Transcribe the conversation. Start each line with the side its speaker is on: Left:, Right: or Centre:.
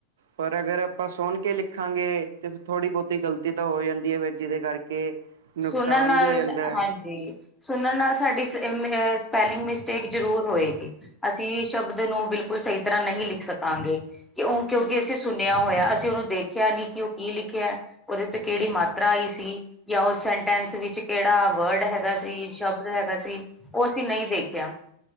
Right: ਪਰ ਅਗਰ ਆਪਾਂ ਸੁਣ ਕੇ ਲਿਖਾਂਗੇ ਤੇ ਥੋੜ੍ਹੀ ਬੋਹਤੀ ਗ਼ਲਤੀ ਤਾਂ ਹੋ ਜਾਂਦੀ ਐ ਫੇਰ ਜਿਦੇ ਕਰਕੇ ਨੁਕਸਾਨ
Centre: ਸੁਣਨ ਨਾਲ
Right: ਵੀ ਹੋ ਜਾਂਦਾ ਹੈ
Centre: ਹਾਂਜੀ ਸੁਣਨ ਨਾਲ਼ ਸਾਡੀ ਸਪੈਲਿੰਗ ਮਿਸਟੇਕ ਜ਼ਰੂਰ ਹੋਏਗੀ। ਅਸੀਂ ਸ਼ਬਦ ਨੂੰ ਬਿਲਕੁਲ ਸਈ ਤਰ੍ਹਾਂ ਨਹੀ ਲਿਖ ਸਕਾਂਗੇ। ਕਿਉ ਕਿਉਂਕਿ ਅਸੀਂ ਸੁਣਿਆ ਹੋਇਆ ਅਸੀਂ ਓਨੂੰ ਦੇਖਿਆ ਨੀ ਕਿ ਓ ਕੀ ਲਿਖਿਆ। ਉਦੇ ਉੱਤੇ ਕੇੜੀ ਮਾਤਰਾ ਆਈ ਸੀ ਜਾਂ ਉਹ ਸੈਂਟੈਂਸ ਵਿੱਚ ਕੇੜਾ ਵਲਡ ਹੈਗਾ ਸੀ, ਸ਼ਬਦ ਹੈਗਾ ਸੀ, ਓ ਅਸੀਂ ਨਈ ਦੇਖਿਆ।